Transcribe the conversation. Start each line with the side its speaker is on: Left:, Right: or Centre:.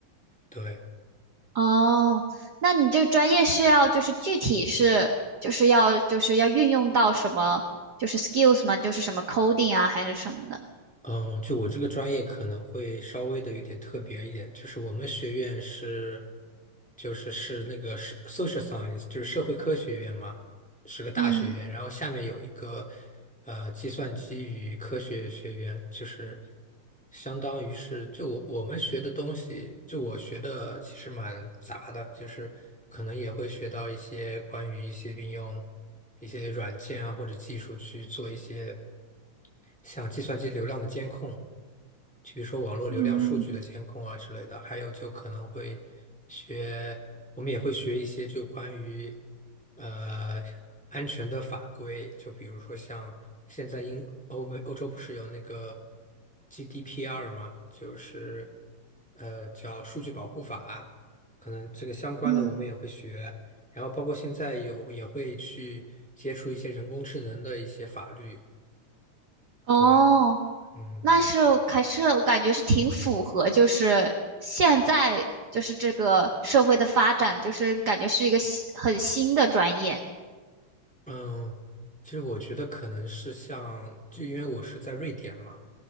Centre: 对。
Right: 哦，那你这个专业是要就是具体是就是要就是要运用到什么就是 skills 吗？就是什么 coding 啊还是什么的？
Centre: 嗯，就我这个专业可能会稍微的有点特别一点，就是我们学院是，就是是那个是 social science，就是社会科学院嘛，是个大学院，
Right: 嗯
Centre: 然后下面有一个呃计算机与科学学院，就是相当于是就我我们学的东西，就我学的其实蛮杂的，就是可能也会学到一些关于一些应用。一些软件啊或者技术去做一些像计算机流量的监控，就比如说网络流量数据的监控啊之类的，
Right: 嗯
Centre: 还有就可能会学，我们也会学一些就关于呃安全的法规，就比如说像现在英欧美欧洲不是有那个 GDPR 嘛，就是呃叫数据保护法，可能这个相关的我们也会学，
Right: 嗯。
Centre: 然后包括现在有也会去接触一些人工智能的一些法律，
Right: 哦，
Centre: 对，嗯。
Right: 那是还是我感觉是挺符合，就是现在就是这个社会的发展，就是感觉是一个新很新的专业。
Centre: 嗯，其实我觉得可能是像，就因为我是在瑞典嘛，